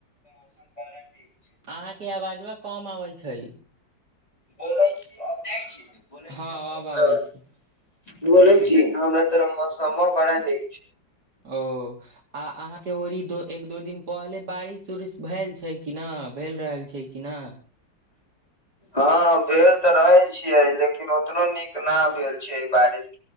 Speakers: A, on the left (about 20°); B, on the right (about 55°).
A: मौसम पालै द <unintelligible>
B: अहाँके आवाजबा कम अबै छै
A: बोलै छी आब जाइ छी बोलै
B: हँ
A: छी हमरा
B: अब आबै छै
A: बोले छी हमरा तोरा मौसमो बड़ा न
B: ओ आ अहाँ के ओरी दो एक दो दिन पहले बारिश उरिश भेल छै कि न भेल रहल छै कि ना
A: आ हँ भेल तऽ रहै छियै लेकिन ओतनो नीक न भेल छै बारिश